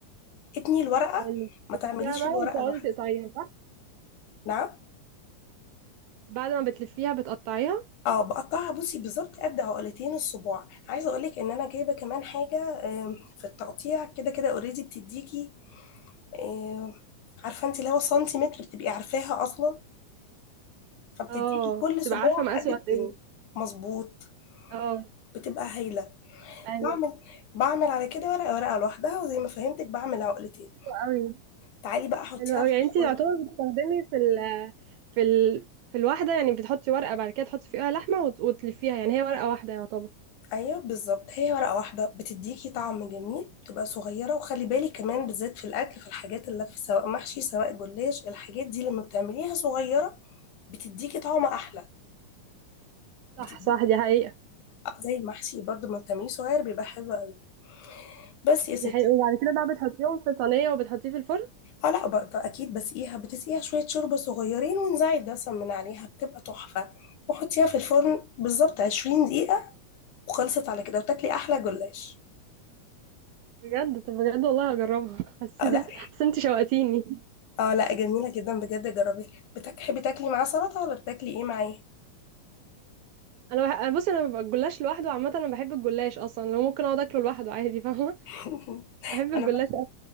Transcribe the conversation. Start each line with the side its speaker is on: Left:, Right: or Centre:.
Left: اتني الورقة
Right: حلو
Left: ما
Right: بتلفيها
Left: تعمليش
Right: بقى
Left: الورقة
Right: وتقعدي
Left: لوحدها
Right: تقطعيها صح؟
Left: نعم
Right: بعد ما بتلفيها بتقطعيها
Left: اه بقطعها بصي بالظبط قد عقلتين الصباع عايزه اقولك ان انا جايبه كمان حاجه آم، في التقطيع كده كده اوريدي بتديكي آم، عارفه انت اللي هو سنتيمتر بتبقي عارفاها اصلا فبتديكي
Right: اه
Left: كل
Right: تبقى
Left: صباع
Right: عارفة مقاسه
Left: قد التاني
Right: قد ايه
Left: مظبوط
Right: اه
Left: بتبقى هايله
Right: ايوه
Left: بعمل بعمل على كده ورقه ورقه لوحدها وزي ما فهمتك بعمل عقلتين
Right: قوي
Left: تعالي بقى حطيها
Right: حلو قوي
Left: في
Right: يعني
Left: الفرن
Right: انتي يعتبر بتستخدمي في ال... في ال... في الواحدة يعني بتحطي ورقة بعد كده تحطي فيها لحمة وت... وتلفيها يعني هي ورقة واحدة يعتبر
Left: ايوه بالظبط هي ورقه واحده بتديكي طعم جميل بتبقى صغيره وخلي بالك كمان بالذات في الاكل في الحاجات اللي في سواء محشي سواء جلاش الحاجات دي لما بتعمليها صغيره بتديكي طعم احلى
Right: صح
Left: بتديكي
Right: صح دي حقيقة
Left: آه، زي المحشي برضه لما بتعمليه صغير بيبقى حلو قوي بس يا ستي
Right: دي حقيقة وبعد كده بقى بتحطيهم في صينية وبتحطيه في الفرن
Left: اه لا بقى اكيد بسقيها بتسقيها شويه شوربه صغيرين وانزعي الدسم من عليها بتبقى تحفه وحطيها في الفرن بالظبط 20 دقيقه وخلصت على كده وتاكلي احلى جلاش
Right: بجد طب بجد والله هجربها حسيت
Left: اه لا
Right: حسيت انت شوقتيني
Left: اه لا جميلة جدا بجد جربي بتحبي تاكلي معاه سلطة ولا بتاكلي ايه معاه
Right: انا بح... انا بصي انا ببقى الجلاش لوحده عامه انا بحب الجلاش اصلا لو ممكن اقعد اكله لوحده عادي فاهمه
Left: <laughs>
Right: بحب الجلاش
Left: انا بقى
Right: أوي.